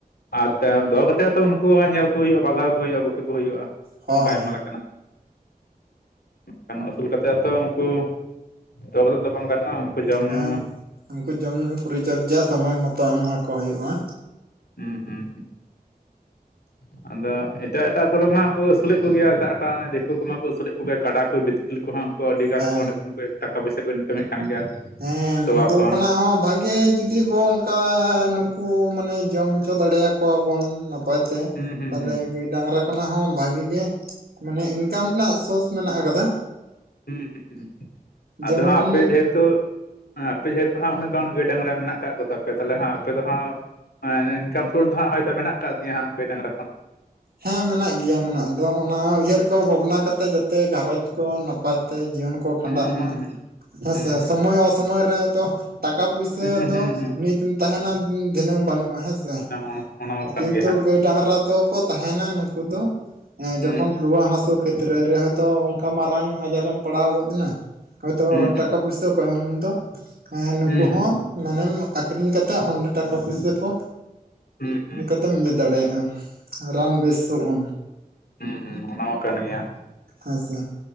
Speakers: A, on the left; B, on the right.
A: ᱟᱨ ᱫᱚᱦᱚ ᱠᱟᱛᱮ ᱛᱚ ᱩᱱᱠᱩ ᱦᱚᱸ ᱧᱮᱞ ᱠᱚ ᱦᱩᱭᱩᱜᱼᱟ, ᱵᱟᱜᱟᱣ ᱠᱚ ᱦᱩᱭᱩᱜᱼᱟ ᱾ ᱜᱩᱞᱤ ᱠᱚ ᱦᱩᱭᱩᱜᱼᱟ,
B: ᱦᱚᱸ
A: ᱚᱱᱠᱟ ᱟᱭᱢᱟ ᱞᱮᱠᱟᱱᱟᱜ ᱾ ᱮᱠᱷᱟᱱ ᱟᱹᱥᱩᱞ ᱠᱟᱛᱮᱫ ᱛᱚ ᱩᱱᱠᱩ ᱫᱚᱦᱚ ᱠᱟᱛᱮᱫ ᱫᱚ ᱵᱟᱝ ᱜᱟᱱᱚᱜᱼᱟ, ᱩᱱᱠᱩ ᱡᱚᱢ
B: ᱦᱮᱸ
A: ᱧᱩ
B: ᱩᱱᱠᱩ ᱡᱚᱢ ᱧᱩ ᱯᱚᱨᱤᱪᱚᱨᱡᱟ ᱥᱚᱢᱚᱭ ᱢᱚᱛᱚ ᱮᱢᱟ ᱠᱚ ᱦᱩᱭᱩᱜᱼᱟ᱾
A: ᱦᱩᱸ, ᱦᱩᱸ, ᱦᱩᱸ ᱾ ᱟᱫᱚ ᱮᱴᱟᱜ ᱮᱴᱟᱜ ᱠᱚᱨᱮ ᱢᱟᱠᱚ ᱟᱹᱥᱩᱞᱮᱫ ᱠᱚᱜᱮᱭᱟ ᱾ᱮᱴᱟᱜ ᱮᱴᱟᱜ ᱫᱤᱠᱩ ᱠᱚᱢᱟ ᱠᱚ ᱟᱹᱥᱩᱞᱮᱫ ᱠᱚᱜᱮᱭᱟ᱾ ᱠᱟᱰᱟ ᱠᱚ ᱵᱤᱛᱠᱤᱞ ᱠᱚᱦᱚᱸ ᱩᱱᱠᱩ ᱟᱹᱰᱤ ᱜᱟᱱ
B: ᱦᱮᱸ
A: ᱠᱚ ᱚᱸᱰᱮ ᱠᱷᱚᱱ ᱴᱟᱠᱟ ᱯᱚᱭᱥᱟ ᱠᱚ ᱤᱱᱠᱟᱢᱮᱫ ᱠᱟᱱ ᱜᱮᱭᱟ᱾
B: ᱦᱮᱸ,
A: ᱛᱚᱣᱟ
B: ᱱᱩᱠᱩ
A: ᱠᱷᱚᱱ
B: ᱠᱷᱚᱱᱟᱜ ᱦᱚᱸ ᱵᱷᱟᱜᱮ ᱡᱩᱫᱤ ᱵᱚ ᱚᱱᱠᱟ ᱱᱩᱠᱩ ᱢᱟᱱᱮ ᱡᱚᱢ ᱪᱚ ᱫᱟᱲᱮ ᱟᱠᱚ ᱠᱚᱣᱟ ᱵᱚᱱ ᱱᱟᱯᱟᱭ ᱛᱮ,
A: ᱦᱩᱸ ᱦᱩᱸ
B: ᱛᱟᱞᱮ
A: ᱦᱩᱸ
B: ᱜᱟᱹᱭ ᱰᱟᱝᱨᱟ ᱠᱷᱚᱱᱟᱜ ᱦᱚᱸ ᱵᱷᱟᱹᱜᱤ ᱜᱮ, ᱢᱟᱱᱮ ᱤᱱᱠᱟᱢ ᱨᱮᱱᱟᱜ ᱥᱳᱨᱥ ᱢᱮᱱᱟᱜ ᱟᱠᱟᱫᱟ᱾
A: ᱦᱩᱸ, ᱦᱩᱸ ᱟᱫᱚ
B: ᱡᱮᱢᱚᱱ
A: ᱟᱯᱮ ᱡᱮᱦᱮᱛᱩ ᱦᱮᱸ, ᱟᱯᱮ ᱡᱮᱦᱮᱛᱩ ᱦᱟᱸᱜ ᱩᱱᱟᱹᱜ ᱜᱟᱱ ᱜᱟᱹᱭ ᱰᱟᱝᱨᱟ ᱢᱮᱱᱟᱜ ᱠᱟᱜ ᱠᱚ ᱛᱟᱯᱮ, ᱛᱟᱦᱮ ᱦᱟᱸᱜ ᱟᱯᱮ ᱫᱚ ᱦᱟᱸᱜ ᱦ ᱤᱱᱠᱟᱢ ᱥᱳᱨᱥ ᱦᱟᱸᱜ ᱦᱳᱭᱛᱳ ᱢᱮᱱᱟᱜ ᱟᱠᱟᱫ ᱛᱤᱭᱟ ᱦᱟᱸᱜ ᱜᱟᱹᱭ ᱰᱟᱝᱨᱟ ᱠᱷᱚᱱ᱾
B: ᱦᱮᱸ ᱢᱮᱱᱟᱜ ᱜᱮᱭᱟ ᱢᱮᱱᱟᱜ ᱫᱚ᱾ᱚᱱᱟ ᱩᱭᱦᱟᱹᱨ ᱠᱚ ᱵᱷᱟᱵᱽᱱᱟ ᱠᱟᱛᱮᱜ ᱡᱟᱛᱮ ᱜᱷᱟᱨᱚᱸᱧᱡᱽ ᱠᱚ ᱱᱟᱯᱟᱭ ᱛᱮ ᱡᱤᱭᱚᱱ ᱠᱚ ᱠᱚ ᱠᱷᱟᱸᱰᱟᱜ
A: ᱦᱩᱸ ᱦᱩᱸ
B: ᱢᱟ᱾ ᱦᱮᱸᱥᱮ
A: ᱦᱩᱸ
B: ᱥᱚᱢᱚᱭ ᱚᱥᱚᱢᱚᱭ ᱨᱮ ᱦᱚᱛᱚ ᱴᱟᱠᱟ ᱯᱩᱭᱥᱟᱹ
A: ᱦᱩᱸ
B: ᱫᱚ
A: ᱦᱩᱸ ᱦᱩᱸ ᱦᱩᱸ ᱦᱩᱸ
B: ᱱᱤᱛᱧ ᱛᱟᱦᱮᱱᱟ ᱫᱷᱤᱱᱟᱹᱝ ᱵᱟᱹᱱᱩᱜ᱾ ᱦᱮᱸ ᱥᱮ
A: ᱚᱱᱟ ᱚᱱᱟ ᱢᱟ ᱠᱟᱱ
B: ᱠᱤᱱᱛᱩ
A: ᱜᱮ ᱦᱟᱸᱜ
B: ᱜᱟᱹᱭ ᱰᱟᱝᱨᱟ ᱫᱚᱠᱚ ᱛᱟᱦᱮᱱᱟ ᱱᱩᱠᱩ ᱫᱚ᱾
A: ᱦᱩᱸ
B: ᱡᱚᱠᱷᱚᱱ ᱨᱩᱣᱟᱹ ᱦᱟᱹᱥᱩ ᱠᱷᱮᱛᱨᱮ ᱨᱮ ᱦᱚᱭᱛᱚ ᱚᱱᱠᱟ ᱢᱟᱨᱟᱝᱚᱜ ᱟᱡᱟᱨ ᱨᱮᱢ ᱯᱟᱲᱟᱣ ᱜᱚᱫ ᱮᱱᱟ, ᱦᱚᱭᱛᱳ
A: ᱦᱩᱸ
B: ᱴᱟᱠᱟ
A: ᱦᱩᱸ
B: ᱯᱩᱭᱥᱟ ᱠᱚᱢ ᱫᱚ ᱦᱮᱸ ᱱᱩᱠᱩ
A: ᱦᱩᱸ ᱦᱩᱸ
B: ᱦᱚᱸ ᱢᱟᱱᱮᱢ ᱟᱠᱷᱚᱨᱤᱧ ᱠᱟᱛᱮᱫ ᱚᱸᱰᱮ ᱴᱟᱠᱟ ᱯᱩᱭᱥᱟᱹ ᱠᱚ᱾
A: ᱦᱮᱸ ᱦᱮᱸ
B: ᱠᱟᱛᱮᱢ ᱤᱭᱟᱹ ᱫᱟᱲᱮᱭᱟᱜᱼᱟ ᱨᱟᱱ ᱵᱮᱥᱚᱜᱼᱟᱢ᱾
A: ᱦᱩᱸ ᱦᱩᱸ ᱚᱱᱟ ᱢᱟ ᱠᱟᱱ ᱜᱮᱭᱟ᱾
B: ᱦᱮᱸᱪᱷᱟ᱾